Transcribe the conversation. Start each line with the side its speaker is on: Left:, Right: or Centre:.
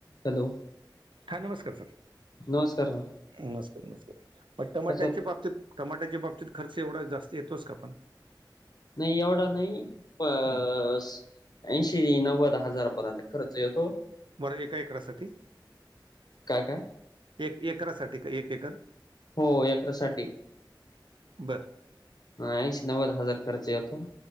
Left: हॅलो
Right: हा नमस्कार सर!
Left: नमस्कार ना
Right: नमस्कार नमस्कार! म टमाट्याची
Left: कशात
Right: बाबतीत टमाट्याच्या बाबतीत खर्च एवढा जास्त येतोच का पण?
Left: नाही एवढा नाही प-
Right: हम्म.
Left: ऐंशी नव्वद हजारपर्यंत खर्च येतो.
Right: वर एका एकरासाठी?
Left: काय काय?
Right: एक एकरासाठी का एक एकर?
Left: हो एकरासाठी.
Right: बर
Left: ह ऐंशी नव्वद हजार खर्च येतो.